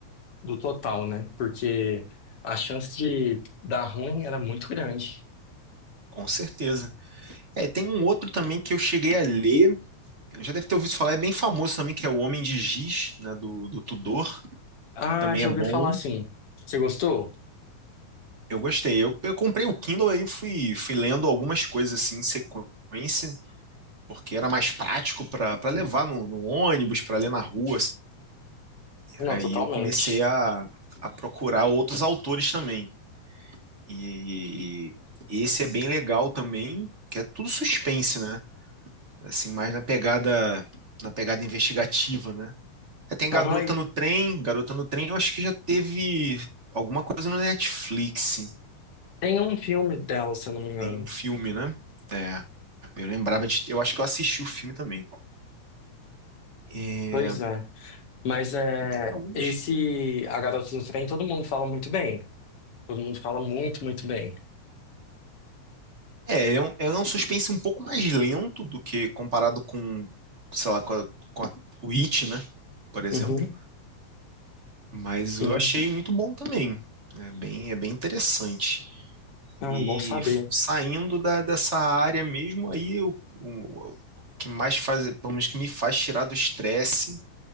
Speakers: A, on the left; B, on the right.
A: do total, né? Porque a chance de dar ruim era muito grande.
B: com certeza. É, tem um outro também que eu cheguei a ler, já deve ter ouvido falar, é bem famoso também, que é O Homem de Giz, né, do, do Tudor.
A: Ah,
B: Também
A: já
B: é
A: ouvi
B: bom,
A: falar assim. Você gostou?
B: Eu gostei. Eu, eu comprei o Kindle aí fui, fui lendo algumas coisas assim em sequência, porque era mais prático para para levar no, no ônibus, para ler na rua. assim.
A: Não,
B: Aí
A: totalmente.
B: eu comecei a, a procurar outros autores também. E esse é bem legal também, que é tudo suspense, né? Assim, mais na pegada na pegada investigativa, né? Aí Tem Garota
A: Aham, e
B: no Trem, Garota no Trem, eu acho que já teve alguma coisa no Netflix.
A: tem um filme dela, se eu não me engano.
B: Tem um filme, né? É, Eu lembrava de. Eu acho que eu assisti o filme também. É,
A: Pois é. Mas é,
B: tem alguns.
A: esse A Garota do Trem, todo mundo fala muito bem. Todo mundo fala muito, muito bem.
B: É, ele é um, ele é um suspense um pouco mais lento do que comparado com, sei lá, com, a- com a- o It, né? Por exemplo.
A: Uhum,
B: Mas eu
A: sim.
B: achei muito bom também. É bem, é bem interessante.
A: Ah,
B: E
A: bom saber.
B: f- saindo da, dessa área mesmo, aí o, o- o que mais faz, pelo menos que me faz tirar do estresse,